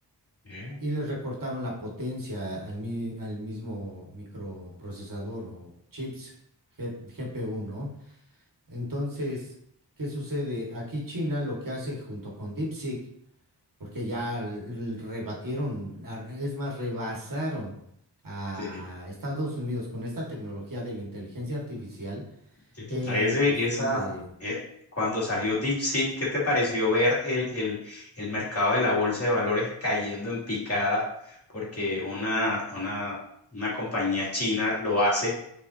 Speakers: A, on the left; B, on the right.
A: sí.
B: Y les recortaron la potencia al, mi- al mismo microprocesador o chips G- GPU, ¿no? Entonces, ¿qué sucede? Aquí China lo que hace junto con DeepSeek, porque ya l- rebatieron, ar- es más, rebasaron a
A: Sí.
B: Estados Unidos con esta tecnología de la inteligencia artificial
A: ¿Qué te
B: en
A: parece
B: cuestión
A: esa,
B: de
A: eh, cuando salió DeepSeek, qué te pareció ver el, el, el mercado de la bolsa de valores cayendo en picada? Porque una, una, una compañía china lo hace